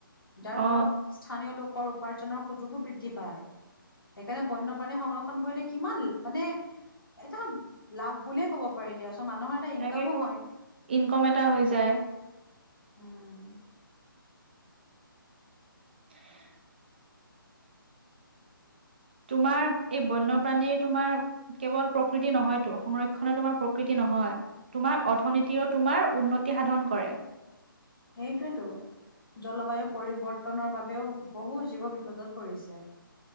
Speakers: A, on the left; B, on the right.
A: যাৰ
B: অ
A: ফলত স্থানীয় লোকৰ উপাৰ্জনৰ সুযোগো বৃদ্ধি পায়। সেইকাৰণে বন্য বন্যপ্ৰাণী সংৰক্ষণ কৰিলে কিমান মানে এটা লাভ বুলিয়ে ক'ব পাৰি দিয়া চোন। মানুহৰ এটা ইনকামো
B: তাকেতো
A: হয়
B: ইনকম এটা হৈ যায়
A: উম।।
B: <unintelligible> তোমাৰ এই বন্যপ্ৰাণীৰ তোমাৰ কেৱল প্ৰকৃতি নহয়তো সংৰক্ষনে তোমাৰ প্ৰকৃতি ন। নহয় তোমাৰ অৰ্থনীতিও তোমাৰ উন্নতি সাধন কৰে।
A: সেইটোৱেতো। জলবায়ু পৰিৱৰ্তনৰ বাবেও বহু জীৱ বিপদত পৰিছে।